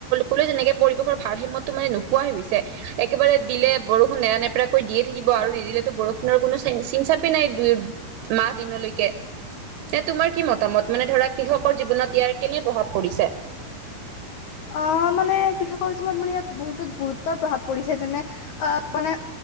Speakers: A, on the right; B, on the left.
A: অলে যেনেকে পৰিৱেশৰ ভাৰ সিমতো মানে নোখোৱাই হৈছে একেবাৰে দিলে বৰষুণ নেৰা নেপেৰাকৈ দিয়ে থাকিব আৰু নিদিলেতো বৰষুণ। আপোনাৰ কোনো চ চিন চাপি নাই দুই মাহ দিনলৈকে ন তোমাৰ কি মতামত। মানে ধৰা কৃষকৰ জীৱনত ইয়াৰ কেনে প্ৰভাৱ পৰিছে।
B: অঁ মানে কৃষকৰ। মানে ইয়াত বহুতে গুৰুত্বৰ প্ৰভাৱ পৰিছে যেনে অ মানে